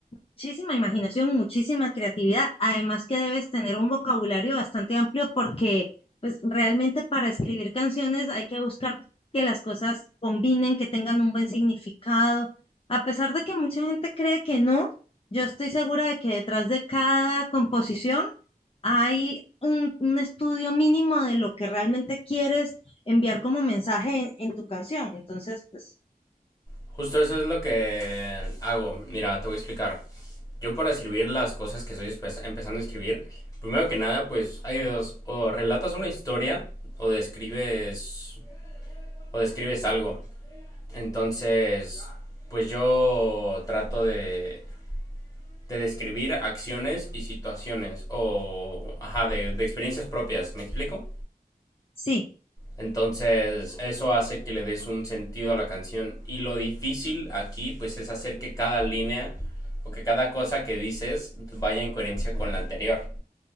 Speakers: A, on the left; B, on the left.
A: Muchísima imaginación, muchísima creatividad, además que debes tener un vocabulario bastante amplio porque pues realmente para escribir canciones hay que buscar que las cosas combinen, que tengan un buen significado. A pesar de que mucha gente cree que no, yo estoy segura de que detrás de cada composición hay un, un estudio mínimo de lo que realmente quieres enviar como mensaje en, en tu canción. Entonces, pues
B: Justo eso es lo que hago. Mira, te voy a explicar. Yo para escribir las cosas que estoy empezando a escribir, primero que nada, pues hay dos. O relatas una historia o describes, o describes algo. Entonces, pues yo trato de de describir acciones y situaciones o, ajá, de, de experiencias propias, ¿me explico?
A: sí.
B: Entonces, eso hace que le des un sentido a la canción. Y lo difícil aquí, pues, es hacer que cada línea o que cada cosa que dices vaya en coherencia con la anterior.